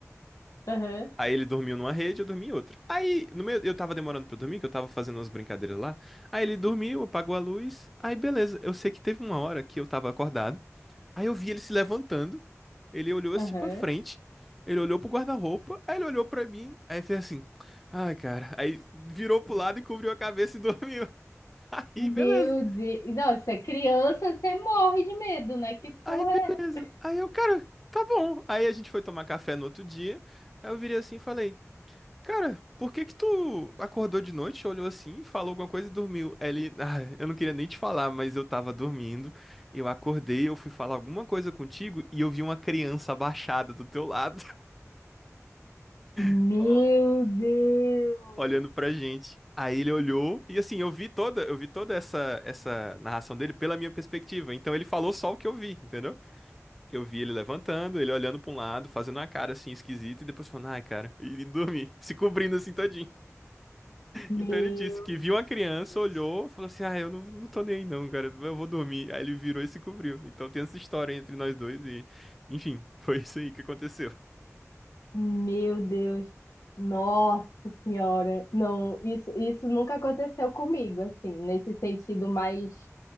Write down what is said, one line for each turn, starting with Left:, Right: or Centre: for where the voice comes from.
Left: Aham,
Centre: Aí ele dormiu numa rede, eu dormi em outra. Aí, no meio, eu tava demorando pra dormir, que eu tava fazendo umas brincadeiras lá. Aí ele dormiu, apagou a luz. Aí beleza, eu sei que teve uma hora que eu tava acordado. Aí eu vi ele se levantando, ele olhou assim
Left: aham.
Centre: pra frente, ele olhou pro guarda-roupa, aí ele olhou pra mim, aí fez assim, ai cara, aí virou pro lado e cobriu a cabeça e dormiu. <laughs>
Left: Meu
Centre: Aí beleza,
Left: Deus. Não, se é criança, você morre de medo, né? Que
Centre: aí
Left: porra
Centre: beleza.
Left: é? essa?
Centre: Aí eu, cara, tá bom. Aí a gente foi tomar café no outro dia, aí eu virei assim e falei, cara, por que que tu acordou de noite, olhou assim, falou alguma coisa e dormiu? Aí ele, ah, eu não queria nem te falar, mas eu tava dormindo, eu acordei, eu fui falar alguma coisa contigo e eu vi uma criança abaixada do teu lado.
Left: Meu
Centre: <laughs>
Left: Deus.
Centre: olhando pra gente. Aí ele olhou e assim, eu vi toda, eu vi toda essa essa narração dele pela minha perspectiva. Então ele falou só o que eu vi, entendeu? Eu vi ele levantando, ele olhando pra um lado, fazendo uma cara assim esquisita e depois falando: "Ai, cara", e dormir, <laughs> se cobrindo assim todinho.
Left: Meu.
Centre: Então ele disse que viu uma criança,
Left: Deus.
Centre: olhou, falou assim: "Ah, eu não, não tô nem aí não, cara, eu vou dormir". Aí ele virou e se cobriu. Então tem essa história entre nós dois e, enfim, <laughs> foi isso aí que aconteceu.
Left: Meu Deus, nossa senhora, não, isso, isso nunca aconteceu comigo, assim, nesse sentido mais